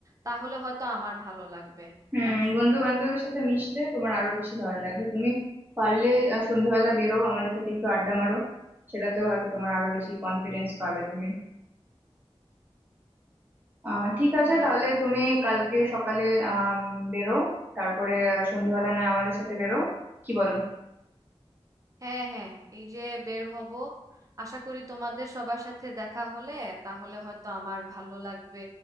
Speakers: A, on the right (about 30°); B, on the right (about 15°).
A: তাহলে হয়তো আমার ভালো লাগবে
B: হুম
A: নাকি
B: বন্ধু বান্ধবের সাথে মিশলে তোমার আরো বেশি ভালো লাগবে তুমি পারলে আহ, সন্ধ্যাবেলা বেরো আমাদের সাথে একটু আড্ডা মারো সেটাতেও হয়তো তোমার আরো বেশি কনফিডেন্স পাবে তুমি আহ ঠিক আছে
A: হ্যাঁ
B: তাহলে তুমি কালকে সকালে আম, বেরো তারপরে আহ, সন্ধেবেলা নয় আমাদের সাথে বেরো কি বলো
A: হ্যাঁ হ্যাঁ এই যে বের হব আশা করি তোমাদের সবার সাথে দেখা হলে তাহলে হয়তো আমার ভালো লাগবে